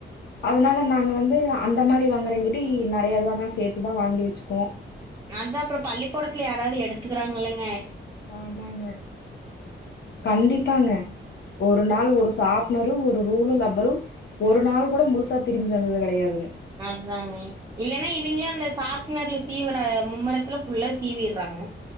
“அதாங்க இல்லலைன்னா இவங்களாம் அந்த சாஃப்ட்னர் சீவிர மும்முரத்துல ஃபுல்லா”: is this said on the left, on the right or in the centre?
Right